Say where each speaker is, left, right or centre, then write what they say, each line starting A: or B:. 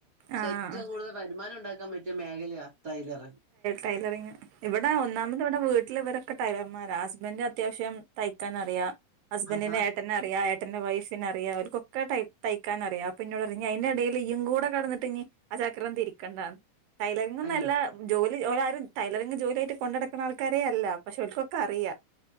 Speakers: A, on the right (about 40°); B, on the right (about 85°).
A: പക്ഷേ
B: ആഹ്
A: ഏറ്റവും കൂടുതൽ വരുമാനം ഉണ്ടാക്കാൻ പറ്റിയ മേഖലയാ ടൈലറിങ്
B: ടൈലറിങ് ഇവിടെ ഒന്നാമത് ഇവിടെ വീട്ടിൽ ഇവരൊക്കെ ടൈലർ മ്മാരാ ഹസ്ബന്റിന് അത്യാവശ്യം തയ്ക്കാൻ അറിയാം ഹസ്ബന്റിന്റെ
A: ആഹാ
B: ഏട്ടന് അറിയാം ഏ ട്ടന്റെ വൈഫിന അറിയാം അവർക്കൊക്കെ തയ്ക്കാൻ അറിയാം അപ്പ പിന്നോട് അറിഞ്ഞ അതിന്റെടയില് ഇയ്യും കൂടെ കടന്നിട്ട് ഇഞ്ഞ് ചക്രം തിരിക്കേണ്ടാന്ന് ടൈലറിങ്ങന്നെല്ല
A: അയ്യോ
B: ജോലി ഒലാരും ടൈലറിങ്ങ് ജോലിയ ആയിട്ട് കൊണ്ട നടക്കുന്ന ആൾക്കാരെ അല്ല പക്ഷെ ഓല്ക്കൊക്കെ അറിയാം